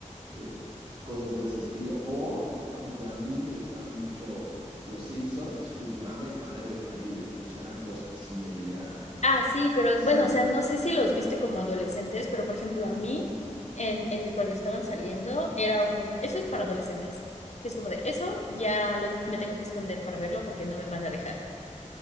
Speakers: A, on the right; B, on the left.
A: eh, cosas de ese estilo. O, por ejemplo, a mí me gustaba mucho Los Simpsons, Futurama y Padre de Familia. O sea, eran cosas que sí veía
B: Ah, sí, pero
A: así.
B: bueno, o sea, no sé si los viste como adolescentes, pero por ejemplo, a mí, en, en, cuando estaban saliendo, era un, eso es para adolescentes, que es como de, eso ya lo, me tengo que esconder para verlo porque no me van a dejar.